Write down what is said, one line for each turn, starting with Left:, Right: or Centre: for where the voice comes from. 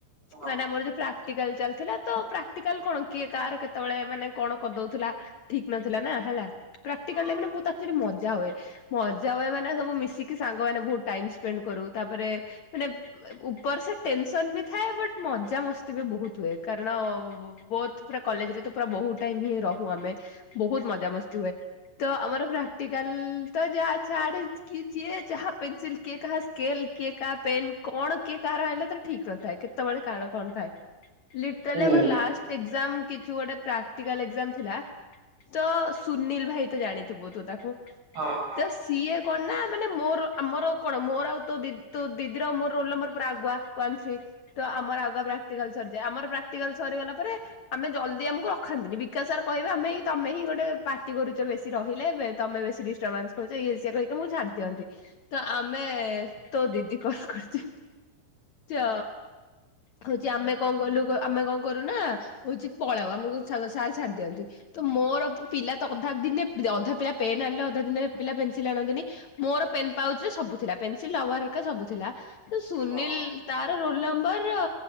Right: ହଁ
Left: ମାନେ ଆମର ଯୋଉ ପ୍ରାକ୍ଟିକାଲ ଚାଲିଥିଲା ତ ପ୍ରାକ୍ଟିକାଲ କଣ କିଏ କାହାର କେତେବେଳେ ମାନେ କଣ କରି ଦଉଥିଲା। ଠିକ ନଥିଲା ନା ହେଲା ପ୍ରାକ୍ଟିକାଲ
Right: ହଁ।
Left: ଟାଇମରେ ରେ ବହୁତ ଆକଚୁଆଲି ମଜା ହୁଏ। ମଜା ହୁଏ ମାନେ ସବୁ ମିଶିକି ସାଙ୍ଗ ମାନେ ବହୁତ ଟାଇମ ସ୍ପେଣ୍ଡ କରୁ ତାପରେ ମାନେ। ଉପର ସେ ଟେନସନ ବି ଥାଏ ବଟ୍ ମଜାମସ୍ତି ବି ବହୁତ ହୁଏ କାରଣ। ବୋଥ୍ ପୁରା କଲେଜ ରେ ତ ପୁରା ବହୁତ ଟାଇମ ହିଁ ରହୁ ଆମେ ବହୁତ ମଜାମସ୍ତି ହୁଏ। ତ ଆମର ପ୍ରାକ୍ଟିକାଲ ତ ଯାହା ଛାଡ଼େ କି ଯିଏ ଯାହା ପେନସିଲ କିଏ କାହା ସ୍କେଲ। କିଏ କାହା ପେନ୍ କଣ କିଏ କାହାର ଆଇଁଲା ତାର ଠିକ୍ ନ ଥାଏ କେତବେଳେ କାଳ କଣ ଥାଏ। ଲିଟରାଲି
Right: ହୁଁ
Left: ଆମର ଲାଷ୍ଟ ଏକଜାମ କିଛି ଗୋଟେ ପ୍ରାକ୍ଟିକାଲ ଏକଜାମ ଥିଲା। ତ ସୁନୀଲ ଭାଇ ତୁ ଜାଣିଥିବୁ ତୁ ତାକୁ।
Right: ହଁ। ହଁ
Left: ତ ସିଏ କଣ ନା ମାନେ ମୋର ଆମର କଣ ମୋର ଆଉ ତୋ ଦିଦ୍ ତୋ ଦିଦିର ଆଉ ମୋର ରୋଲନମ୍ବର ପୁରା ଆଗୁଆ ୱାନ୍ ଥ୍ରୀ ତ ଆମର ଆଗୁଆ ବ୍ୟାଗ୍ କ୍ଟିକାଲ ସରିଯାଏ। ଆମର ପ୍ରାକ୍ଟିକାଲ ସରିଗଲା ପରେ ଆମେ ଜଲ୍ଦି ଆମକୁ ରଖାନ୍ତିିନି ବିକାଶ ସାର କହିବେ ଆମେହିଁ ତମେ ହିଁ ଗୋଟେ ପାଟି କରୁଛ ବେଶୀ ରହିଲେ। ତମେ ବେଶୀ ଡିଷ୍ଟର୍ବାନ୍ସ କରୁଛ ଇଏସିଏ କହିକି ଆମକୁ ଛାଡି ଦିଅନ୍ତି। ତ ଆମେ ତୋ ଦିଦି କଣ କରିଛି ଚ ହଉଚି ଆମେ କଁ କଲୁ, କ ଆମେ କଣ କରୁନା ହଉଚି ପଳାଅ ଆମକୁ ସାଲ ସାର୍ ଛାଡି ଦିଅନ୍ତି। ତ ମୋର ପିଲା ତ ଅଧା ଦିନେ ଅଧା ପିଲା ପେନ୍ ଆଣିଲେ ଅଧା ଦିନରେ ପିଲା ପେନସିଲ ଆଣନ୍ତି ନି ମୋର ପେନ୍ ପାଉଚରେ ସବୁ ଥିଲା। ପେନସିଲ ରବର ହେରିକା ସବୁ ଥିଲା। ତ ସୁନୀଲ୍
Right: ହଁ
Left: ତାର ରୋଲ୍ ନମ୍ବର,